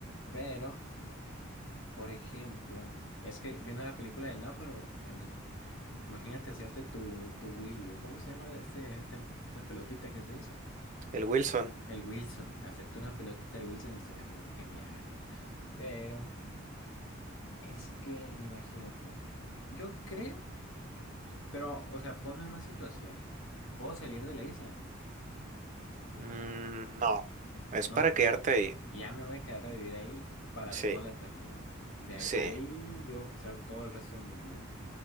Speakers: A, on the left (about 65°); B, on the right (about 35°).
A: Pero, por ejemplo, es que viendo la película del náufrago, al- imagínate hacerte tu, tu Willy, o cómo se llama este, este- esta pelotita que se hizo.
B: El Wilson.
A: El Wilson, hacerte una pelotita del Wilson estaría muy genial. Pero... Es que imagínate. Yo creo, pero, o sea, ponme en más situación. Puedo salir de la isla.
B: Mm, no, es
A: No,
B: para quedarte ahí.
A: ya me voy a quedar a vivir ahí para
B: Sí,
A: toda la eternidad. De ahí,
B: sí,
A: ahí yo voy a pasar todo el resto de mis días.